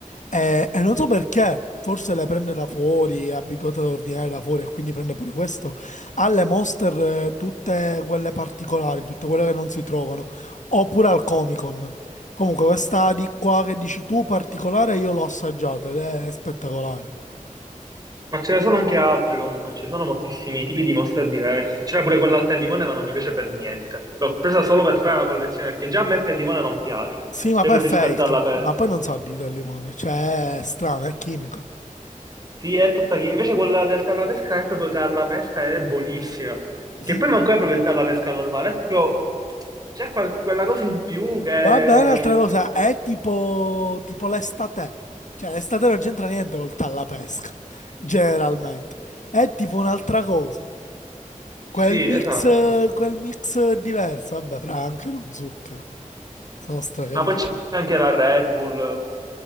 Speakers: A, on the left; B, on the right.
A: e, e non so perché, forse le prende da fuori, è abituato ad ordinare da fuori e quindi prende pure questo. Ha le Monster eh, tutte quelle particolari, tutte quelle che non si trovano, oppure al Comic Con. Comunque questa di qua che dici tu particolare io l'ho assaggiata ed è spettacolare.
B: ma ce ne sono anche altre comunque, ci sono moltissimi tipi di monster diversi. C'era pure quella al tè al limone, ma non mi piace per niente. L'ho presa solo per fare la collezione, perché già a me il tè al limone non piace.
A: Sì, ma
B: Cioè
A: poi
B: preferisco
A: è fake,
B: il tè alla pesca.
A: ma poi non sa di al limone, cioè è strano, è chimico.
B: Sì, è tutta chi. Invece quella del tè alla pesca è proprio tè alla pesca, ed è buonissima.
A: <laughs>
B: Che poi manco è proprio il tè alla pesca normale, è proprio... C'è qual- quella cosa in più che...
A: Va bene, un'altra cosa, è tipo, tipo l'estate. Cioè, l'estate non c'entra niente col tallapesca, <laughs> generalmente. È tipo un'altra cosa.
B: Sì,
A: Quel
B: esatto.
A: mix, quel mix diverso, vabbè, fra anche lo zucchero. Sono stracarichi.
B: Ma poi c'è anche la Red Bull.